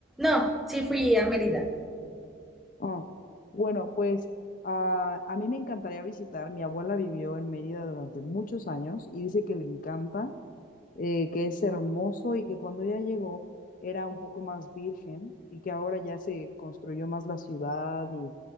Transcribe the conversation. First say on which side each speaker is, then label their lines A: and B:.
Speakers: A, in the centre; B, on the left.
A: No, sí fui a Mérida.
B: Ah, Bueno, pues a, a mí me encantaría visitar. Mi abuela vivió en Mérida durante muchos años y dice que le encanta eh, que es hermoso y que cuando ella llegó era un poco más virgen y que ahora ya se construyó más la ciudad y,